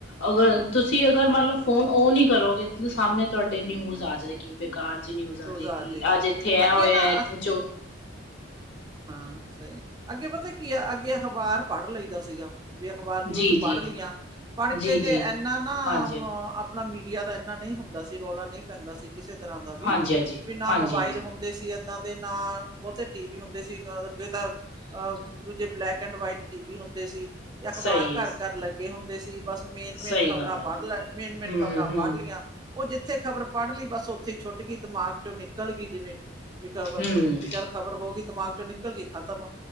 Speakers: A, on the left; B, on the right.
A: ਅਗਰ, ਤੁਸੀਂ ਅਗਰ ਮੰਨਲੋ, ਫੋਨ ਓ ਨਹੀ ਕਰੋਗੇ ਸਾਹਮਣੇ ਤੁਹਾਡੇ ਨਿਊਜ਼ ਆ ਜਾਏ ਕੀ ਬੇਕਾਰ ਜੀ ਨਿਊਜ਼ ਆਜੇਗੀ,
B: ਆ ਜਾਏਗੀ
A: ਅੱਜ ਇਥੇ ਆ
B: ਅੱਗੇ
A: ਹੋਇਆ,
B: ਨਾ
A: ਇਥੇ ਚੋ
B: ਹੂੰ, ਸਹੀ ਅੱਗੇ ਪਤਾ ਕੀ ਆ, ਅੱਗੇ ਅਖ਼ਬਾਰ ਪੜ੍ਹ ਲਈਦਾ ਸੀਗਾ। ਵੀ ਅਖ਼ਬਾਰ ਨਿਊਜ਼
A: ਜੀ ਜੀ
B: ਪੜ੍ਹ ਲਈਆਂ, ਪੜ੍ਹਕੇ
A: ਜੀ
B: ਤੇ
A: ਜੀ
B: ਇਹਨਾ
A: ਜੀ
B: ਨਾਂ
A: ਹਾਂਜੀ
B: ਅ ਆਪਣਾ ਮੀਡੀਆ ਦਾ ਇੰਨਾ ਨਹੀਂ ਹੁੰਦਾ ਸੀ, ਰੌਲਾ ਨਹੀਂ ਪੈਂਦਾ ਸੀ ਕਿਸੇ ਤਰ੍ਹਾਂ ਦਾ ਵੀ,
A: ਹਾਂਜੀ ਹਾਂਜੀ
B: ਨਾ
A: ਹਾਂਜੀ
B: ਮੋਬਾਇਲ
A: ਹਾਂਜੀ
B: ਹੁੰ ਹੁੰਦੇ ਸੀ ਏਦਾਂ ਦੇ ਨਾਲ, ਬਹੁਤੇ ਟੀਵੀ ਹੁੰਦੇ ਸੀ ਅੱਗੇ ਤਾਂ ਅਹ, ਦੂਜੇ ਬਲੈਕ ਐਂਡ ਵਾਈਟ ਟੀਵੀ ਹੁੰਦੇ ਸੀ, ਤੇ ਅਖਬਾਰ
A: ਸਹੀ
B: ਘਰ-ਘਰ
A: ਹੈ
B: ਲੱਗੇ ਹੁੰਦੇ ਸੀ। ਬਸ ਮੇਨ-ਮੇਨ
A: ਸਹੀ
B: ਖ਼ਬਰਾਂ
A: ਗੱਲ ਹੈ
B: ਪੜ੍ਹਲੈ, ਮੇਨ-ਮੇਨ
A: ਹਮ
B: ਖ਼ਬਰਾਂ
A: ਹਮ
B: ਪੜ੍ਹਲੀਆਂ। ਉਹ ਜਿੱਥੇ ਖ਼ਬਰ ਪੜ੍ਹ ਲਈ, ਬਸ ਉੱਥੇ ਛੁੱਟ ਗਈ ਦਿਮਾਗ'ਚੋਂ ਨਿਕ ਨਿੱਕਲਗੀ ਜਿਵੇਂ ਵੀ ਖ਼ਬਰ,
A: ਹਮ
B: ਤੇ ਬ ਚੱਲ ਖ਼ਬਰ ਹੋਗੀ ਦਿਮਾਗ'ਚੋਂ ਨਿੱਕਲਗੀ ਖ਼ਤਮ।